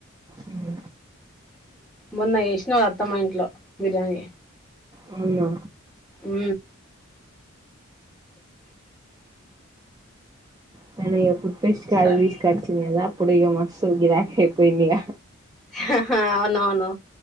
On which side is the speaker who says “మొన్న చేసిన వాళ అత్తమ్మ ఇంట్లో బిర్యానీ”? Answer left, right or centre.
Centre